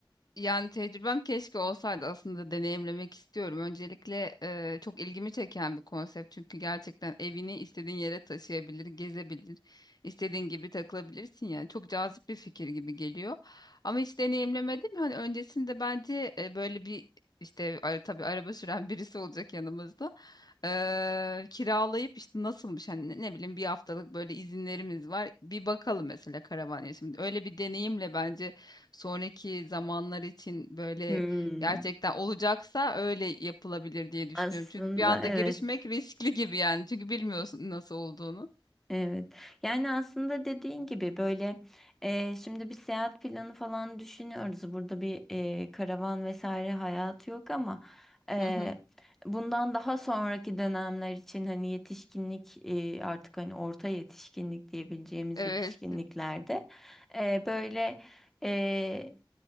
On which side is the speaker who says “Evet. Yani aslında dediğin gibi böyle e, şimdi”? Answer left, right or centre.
Centre